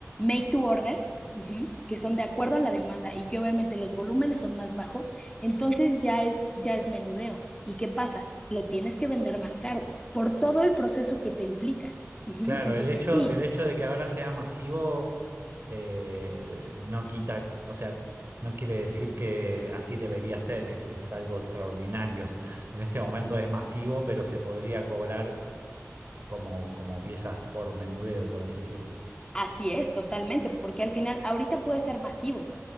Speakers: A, on the left (about 15°); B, on the right (about 45°).
A: made to order, ujú, que son de acuerdo a la demanda y que obviamente los volúmenes son más bajos, entonces ya es, ya es menudeo. ¿Y qué pasa? Lo tienes que vender más caro por todo el proceso que te implica. Ujú.
B: Claro,
A: Entonces,
B: el hecho,
A: sí,
B: el hecho de que ahora sea masivo eh, no quita, o sea, no quiere decir que así debería ser, es, es algo extraordinario. <laughs> En este momento es masivo, pero se podría cobrar como, como piezas por menudeo, por así decirlo.
A: Así es, totalmente, porque al final ahorita puede ser masivo,